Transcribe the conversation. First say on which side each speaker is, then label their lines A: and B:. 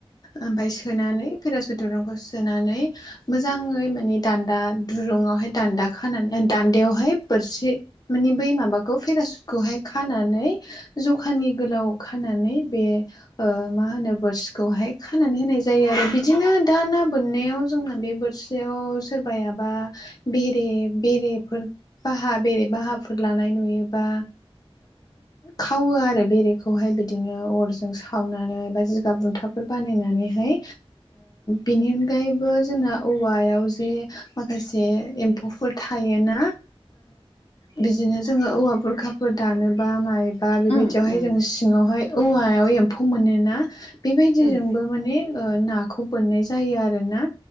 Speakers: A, on the left (about 40°); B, on the left (about 80°).
A: ओमफाय सोनानै पेरास दुरुंखौ सोनानै मोजाङै माने दान्दा दुरुङावहाय दान्दा खानानै दान्दायावहाय बोरसि माने बै माबाखौ पेरासुदखौहाय खानानै जखानि गोलाव खानानै बे मा होनो बोर्सिखौहाय खानानै होनाय जायो आरो बिदिनो दा ना बोननायाव जोंना बे बोर्सि याव सोरबायाबा बेरे बेरेफोर बाहा बेरे बाहाफोर लानाय नुयोबा खावो आरो बेरेखौहाय बिदिनो अरजों सावनानै बा जिगाब बुन्थाब फोर बानायनानैहाय बेनि अनगायैबो जोंना औवायाव जे माखासे एम्फौफोर थायोना बिदिनो जोङो औवा बुरखाफोर दानोबा मायोबा बेबायदियावहाय
B: उम उम
A: जों सिङावहाय औवायाव एम्फौ मोनोना बेबायदि
B: उम
A: जों माने नाखौ बोननाय जायो आरोना